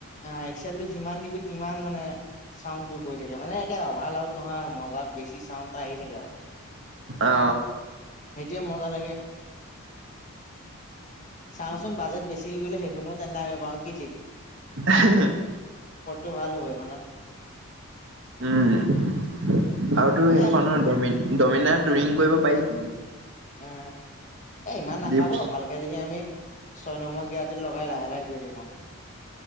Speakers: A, on the left; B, on the right.
A: অঁ, এক্সেলটো যিমান দিবি সিমান মানে চাউডটো গৈ থাকে। মানে' একে অভাৰ লাউড নহয় আৰু, মজা বেছি চাউণ্ড এটা আহি থাকে আৰু।
B: অ
A: <unintelligible> সেইটো'য়ে মজা লাগে। চাওঁচোন বাজেট বেছি হৈ গ'লে, সেইখনো তেন্তে আমি পাওঁ কি' ঠিক।
B: আহ হে <unintelligible>
A: টো ভাল হ'ব এইখনত।
B: উম আৰুতো এখনৰ
A: এ
B: ডমিন। ডমিনা টুৰিং কৰিব পাৰি তো।
A: অ এ ইমান নাখাব
B: ডিউকচ
A: ভালকে যদি আমি ছয় নমৰ গিঞাত লগাই লাহে লাহে গৈ থাকো।